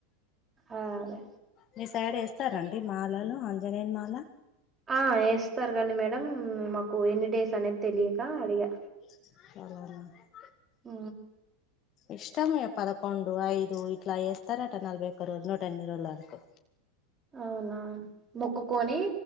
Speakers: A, on the right; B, on the left.
A: అ అదే
B: మీ సైడ్ వేస్తారండి మాలలు ఆంజనేని మాల
A: ఆ వేస్తారు కానీ మేడం మాకు ఎన్ని డేస్ అనేది తెలియక అడిగా
B: స
A: ఆ
B: ఇష్టమే పదకొండు ఐదు ఇట్లా చేస్తారటా నల్బ రోజు నూట ఎనిమిది రోజు వరకు
A: అవునా మొక్కుకొని